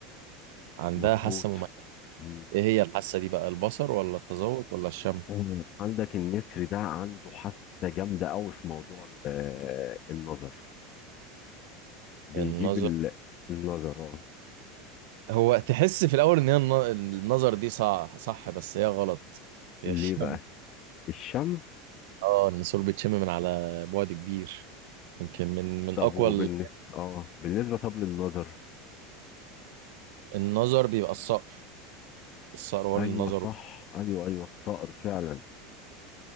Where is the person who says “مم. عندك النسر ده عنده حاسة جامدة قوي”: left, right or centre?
Left